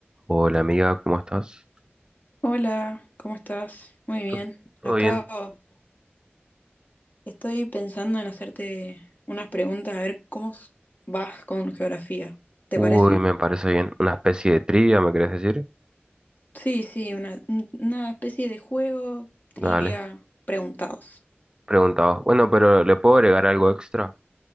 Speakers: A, on the right (about 20°); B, on the left (about 45°).
A: Hola amiga, ¿cómo estás?
B: Hola, ¿cómo estás? Muy bien.
A: ¿Todo todo
B: Acá
A: bien?
B: oh, estoy pensando en hacerte unas preguntas a ver cómo s- vas con geografía. ¿Te
A: Uy,
B: parece?
A: me parece bien. ¿Una especie de trivia, me querés decir?
B: Sí, sí, una, un- una especie de juego, trivia,
A: Dale.
B: preguntados.
A: Preguntado. Bueno, pero ¿le puedo agregar algo extra?